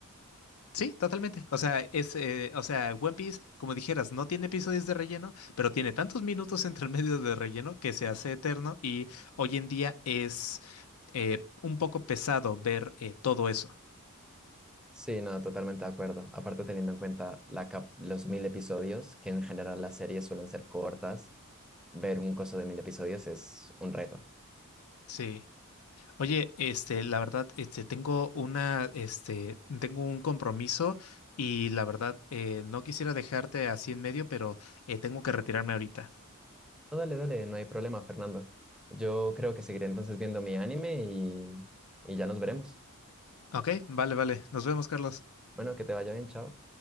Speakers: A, on the left (about 75°); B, in the centre.
A: Sí, totalmente. O sea, es, eh, o sea, One Piece, como dijeras, no tiene episodios de relleno, pero tiene tantos minutos entre medio de relleno que se hace eterno y hoy en día es eh, un poco pesado ver eh, todo eso.
B: Sí, no, totalmente de acuerdo. Aparte teniendo en cuenta la cap- los mil episodios, que en general las series suelen ser cortas, ver un coso de mil episodios es un reto.
A: Sí. Oye, este, la verdad, este, tengo una, este, tengo un compromiso y la verdad, eh, no quisiera dejarte así en medio, pero eh, tengo que retirarme ahorita.
B: No, dale, dale, no hay problema, Fernando. Yo creo que seguiré entonces viendo mi anime y, y ya nos veremos.
A: Ok, vale, vale. Nos vemos, Carlos.
B: Bueno, que te vaya bien, chao.